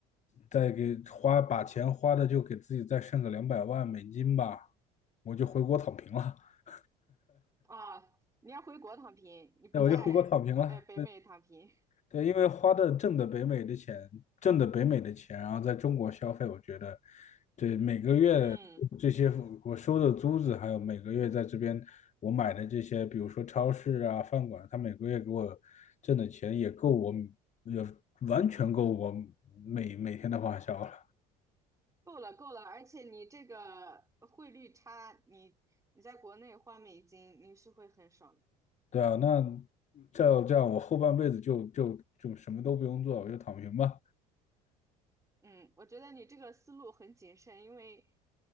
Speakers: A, on the left; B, on the right.
A: 再给花，把钱花的就给自己再剩个两百万美金吧，我就回国躺平了，<laughs>
B: 啊，你要回国躺平，你不在呃北美躺平。
A: 那我就回国躺平了。对，因为花的挣的北美的钱，挣的北美的钱，然后在中国消费，我觉得，对，每个月这些我收的租子，
B: 嗯，
A: 还有每个月在这边我买的这些，比如说超市啊、饭馆，他每个月给我挣的钱也够我，也完全够我每每天的花销了。
B: 够了够了，而且你这个汇率差，你你在国内换美金，你是会很爽的。
A: 对啊，那这样这样，我后半辈子就就就什么都不用做，我就躺平吧。
B: 嗯，我觉得你这个思路很谨慎，因为